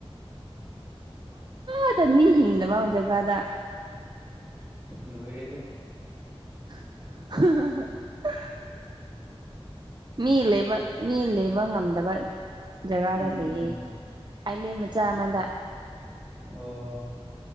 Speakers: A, on the right (about 45°); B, on the right (about 30°).
A: ꯑꯗ ꯃꯤ ꯍꯗꯕ ꯖꯒꯥꯗ
B: ꯂꯣꯏꯔꯦꯗ
A: <unintelligible> ꯃꯤ ꯂꯩꯕ ꯃꯤ ꯂꯩꯕ ꯉꯝꯗꯕ ꯖꯒꯥ
B: ꯎꯝ
A: ꯂꯩ ꯑꯜꯂꯤ
B: ꯑꯆꯥ
A: ꯃꯆꯥ
B: ꯑꯆꯥ
A: ꯃꯗ
B: ꯑꯣ